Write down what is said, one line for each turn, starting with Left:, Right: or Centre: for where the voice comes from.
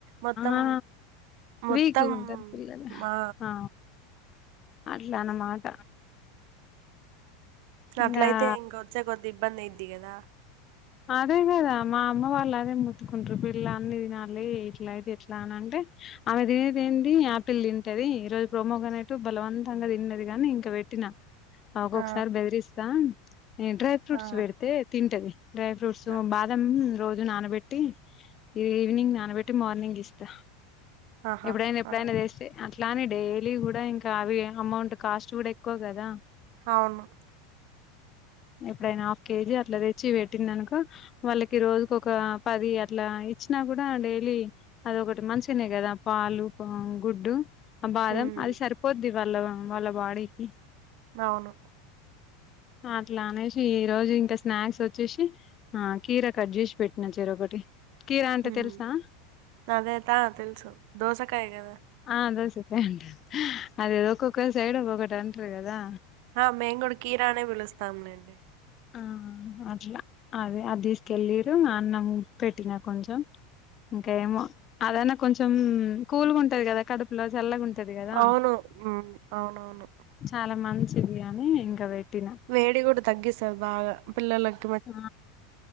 Right: మొత్తం
Left: ఆ
Right: మొత్తం
Left: వీక్గా ఉంటారు పిల్లలు
Right: మా
Left: ఆ అట్లా అనమాట ఇంగా
Right: అట్లయితే ఇంక ఒచ్చే కొద్ది ఇబ్బంది అయిద్ది కదా
Left: అదే కదా మా అమ్మ వాళ్ళు అదే మొత్తుకుంటరు పిల్ల అన్ని తినాలి ఇట్లా అయితే ఎట్లా అని అంటే ఆమె తినేది ఏంది యాపిల్ తింటది ఈ రోజు ప్రోమో గ్రానేటు బలవంతంగా తిన్నది గాని ఇంక పెట్టినా అ ఒక్కొక్కసారి
Right: ఆ
Left: బెదిరిస్తా ఎ డ్రై ఫ్రూట్స్
Right: ఆ
Left: పెడితే తింటది డ్రై ఫ్రూట్స్
Right: ఆ
Left: బాదం రోజు నానబెట్టి ఈ ఈవినింగ్ నానబెట్టి మార్నింగ్ ఇస్తా
Right: ఆహా!
Left: ఎప్పుడైనా ఎప్పుడైనా
Right: ఆ!
Left: వేస్తే అట్లా ఇట్లానే డైలీ కూడా ఇంకా అవి అమౌంట్ కాస్ట్ కూడా ఎక్కువ కదా
Right: అవును
Left: ఎప్పుడైనా హాఫ్ కేజీ అట్లా తెచ్చి పెట్టిందనుకో వాళ్ళకి రోజుకు ఒక పది అట్లా ఇచ్చినా కూడా డైలీ అదొకటి మంచిిగనే కదా పాలు గుడ్డు ఆ బాదం
Right: హ్మ్.
Left: అది సరిపోద్ది వాళ్ళ వాళ్ళ బాడీకి
Right: అవును
Left: అట్లా అనేసి ఈ రోజు ఇంకా స్నాక్స్ ఒ చ్చేసి ఆ కీరా కట్ చేసి పెట్టిన చెరొకటి కీర అంటే
Right: హుమ్
Left: తెలుసా
Right: తదేతా తెలుసు దోసకాయ కదా
Left: ఆ దోసకాయ అంట అదేదో ఒక్కొక్క సైడ్ ఒక్కొక్కటి అంటరు కదా
Right: ఆ మేము కూడా కీరా అనే పిలుస్తాములేండి
Left: ఆ అట్లా అదే అది తీసుకెల్లిరు నాన్నం పెట్టినా కొంచెం ఇంకా ఏమో అదనా కొంచెం కూల్ గా ఉంటది కదా కడుపులో చల్లగా ఉంటది కదా
Right: అవును ఉమ్ అవునవును
Left: చాలా మంచిది అని ఇంకా పెట్టినా
Right: వేడి కూడా తగ్గిస్తది బాగా పిల్లలక్
Left: ఆ